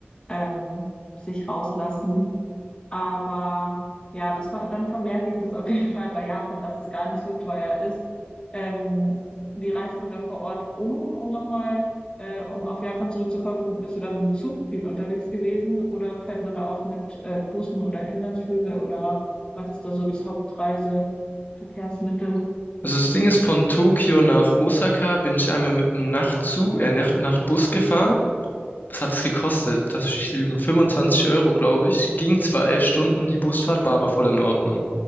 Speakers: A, on the left (about 20°); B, on the left (about 50°).
A: ähm, sich rauslassen. Aber ja, das war, dann vermerke ich das auf jeden Fall bei Japan, dass es gar nicht so teuer ist. Ähm, wie reist man da vor Ort um, um nochmal, äh, um auf Japan zurückzukommen? Bist du da mit dem Zug viel unterwegs gewesen oder fährt man da auch mit äh, Bussen oder Inlandsflüge oder was ist da so das Hauptreiseverkehrsmittel?
B: Also das Ding ist, von Tokio nach Osaka bin ich einmal mit einem Nachtzug, äh, Nacht, Nachtbus gefahren. Was hat es gekostet? Lass mich nicht lügen. 25 Euro, glaube ich. Ging zwar elf Stunden, die Busfahrt war aber voll in Ordnung.